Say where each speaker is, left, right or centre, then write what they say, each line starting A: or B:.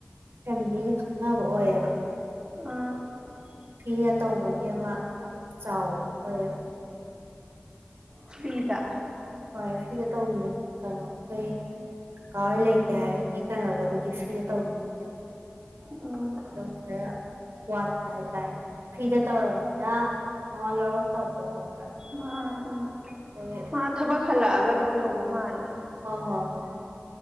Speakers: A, on the right; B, on the right.
A: ꯐꯦꯃꯤꯂꯤꯒꯤ ꯈꯪꯅꯕ ꯑꯣꯏꯌꯦꯕ
B: ꯑ
A: ꯐꯤꯅ ꯇꯧꯕꯒꯤ ꯑꯃ ꯌꯥꯝꯅ ꯆꯥꯎꯕꯗꯣ ꯑꯣꯏꯌꯦꯕ
B: ꯐꯔꯤꯗ
A: ꯍꯣꯏ ꯁꯤꯗ ꯇꯧꯕꯤꯌꯦ ꯀꯩꯅꯣ ꯑꯩꯈꯣꯏ ꯀꯀꯥ ꯍ ꯂꯩ ꯍꯥꯏꯕꯒꯤ ꯀꯩꯅꯣꯗꯕꯨꯗꯤ ꯐ꯭ꯔꯤꯗ ꯇꯧꯕꯤꯅꯦꯕ
B: ꯎꯝ
A: ꯑꯗꯣ ꯈꯔ ꯋꯥꯠꯄ ꯍꯥꯏꯇꯥꯔꯦ ꯐ꯭ꯔꯤꯗ ꯇꯧꯔꯃꯤꯅ ꯃꯃꯥ ꯂꯧꯔꯛꯇꯕꯗꯣ ꯍꯪꯕ꯭ꯔꯥ
B: ꯃꯥ ꯎꯝ
A: ꯈꯣꯏ ꯍ
B: ꯃꯥ ꯊꯕꯛ ꯍꯜꯂꯛꯑꯒ ꯑꯗꯨꯝ ꯇꯧꯕ ꯃꯥꯜꯂꯦ
A: ꯍꯣ ꯍꯣꯏ